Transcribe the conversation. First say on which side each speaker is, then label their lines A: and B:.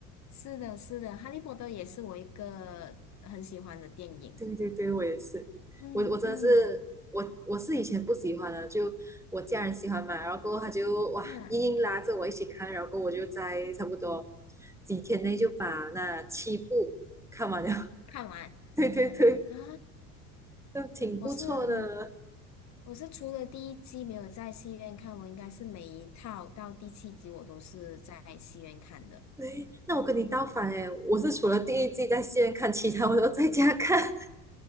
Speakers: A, on the left (about 35°); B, in the centre.
A: 是的，是的，《哈利波特》也是我一个很喜欢的电影。
B: 对对对，我也是，
A: 嗯嗯
B: 我我真的是我我是以前不喜欢的，就我家人喜欢嘛，然后过后他就哇硬硬拉着我一起看，
A: 嗯，
B: 然后过后我就在差不多几天内就把那七部看完了。
A: 看完
B: <laughs> 对对对，
A: 啊，
B: 那挺不错的。
A: 我是我是除了第一季没有在戏院看，我应该是每一套到第七集我都是在戏院看的。
B: 对，那我跟你倒反诶，我是除了第一季在戏院看，其他我都在家看。